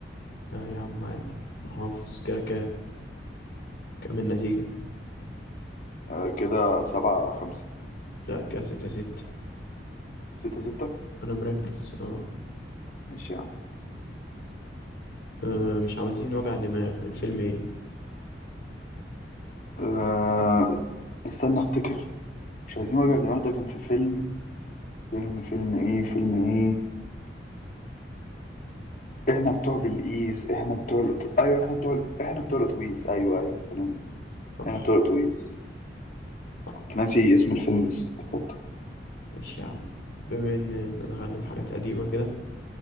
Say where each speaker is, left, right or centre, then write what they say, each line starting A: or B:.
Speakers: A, on the left; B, on the left.
A: أه يا عم عادي أنا حافظ كده كده كام النتيجة
B: آه كده سبعة خمسة
A: لا كده ستة ستة
B: ستة ستة
A: أنا مركز أه
B: ماشي يا عم
A: أه مش عاوزين وجع دماغ من فيلم إيه
B: آه استنى أفتكر مش عايزين وجع دماغ ده كان في فيلم فيلم فيلم إيه فيلم إيه احنا بتوع بالقيس احنا بتوع الأتو... ايوه احنا بتوع ال... احنا بتوع الاتوبيس ايوه ايوه احنا
A: صح
B: إحنا بتوع الاتوبيس
A: صح
B: كنت ناسي اسم الفيلم بس افتكرته
A: ماشي يا عم بما إن دخلنا في حاجات قديمة كده